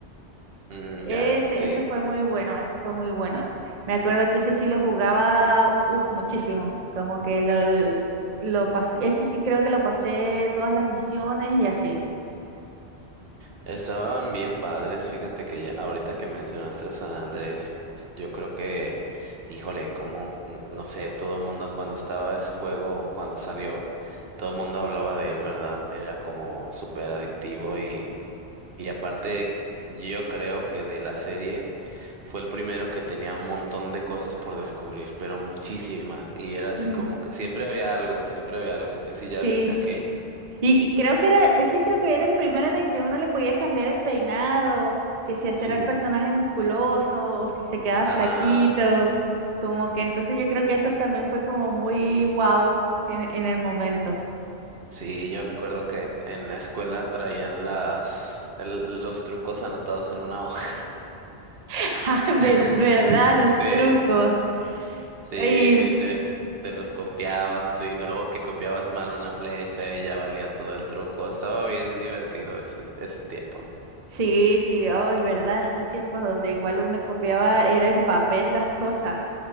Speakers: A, on the right; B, on the right.
A: mm,
B: Ese,
A: ya, sí.
B: ese fue muy bueno, ese fue muy bueno. Me acuerdo que ese sí lo jugaba, uf, muchísimo. Como que lo, lo pasé, ese sí creo que lo pasé todas las misiones y así.
A: Estaban bien padres, fíjate que ya, ahorita que mencionaste a San Andrés, yo creo que, híjole, como, n- no sé, todo el mundo cuando estaba ese juego, cuando salió, todo el mundo hablaba de él, ¿verdad? Era como súper adictivo y, y aparte, yo creo que de la serie. Fue el primero que tenía un montón de cosas por descubrir, pero muchísimas. Y era así
B: Ujú.
A: como que siempre había algo, siempre había algo, que si
B: Sí,
A: ya viste aquello.
B: Y, y creo que era, ese creo que era el primero en el que uno le podía cambiar el peinado, que si hacer
A: Sí.
B: el personaje musculoso o si se quedaba flaquito,
A: Ajá.
B: como que entonces yo creo que eso también fue como muy wow en, en el momento.
A: Sí, yo recuerdo que en, en la escuela traían las, el- los trucos anotados en una hoja.
B: <laughs> Ay, ver-
A: <laughs>
B: ¿Verdad? Los trucos.
A: Sí, sí,
B: Y
A: y te, te los copiabas así, luego que copiabas mal una flecha y ya valía todo el truco. Estaba bien divertido ese, ese tiempo.
B: sí, sí, ay, ¿verdad? Esos tiempos donde igual uno copiaba, era en papel las cosas.